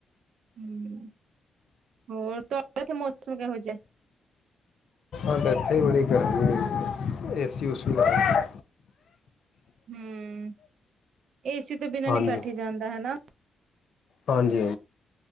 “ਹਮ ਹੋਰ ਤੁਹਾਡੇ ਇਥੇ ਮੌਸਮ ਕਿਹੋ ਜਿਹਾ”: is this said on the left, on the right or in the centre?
Right